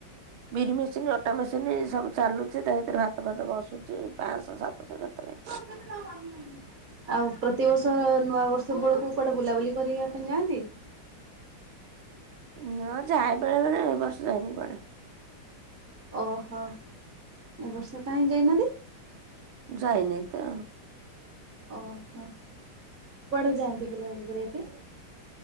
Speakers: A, on the right; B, on the right.
A: ବିରି ମେସିନ ଅଟା ମେସିନ ସବୁ ଚାଲୁଛି ତା ଭିତରେ ଭାତ ଭାତ ବସୁଛି ପାଞ୍ଚଶହ ସାତଶହ କେତେବେଳେ।
B: <inaudible> ଆଉ ପ୍ରତିବର୍ଷ ନୂଆବର୍ଷ ବେଳକୁ କୁଆଡ଼େ ବୁଲାବୁଲି କରିବା ପାଇଁ ଯାଆନ୍ତି?
A: ହଁ ଯାଏ ବେଳେ ବେଳେ ଏ ବର୍ଷ ଯାଇନି କୁଆଡେ।
B: ଓହୋ ଏ ବର୍ଷ କାହିଁକି ଯାଇନାହାନ୍ତି?
A: ଯାଇନି ତ।
B: ଓ ହୋ କୁଆଡ଼େ ଯାଆନ୍ତି ବୁଲାବୁଲି କରିବା ପାଇଁ।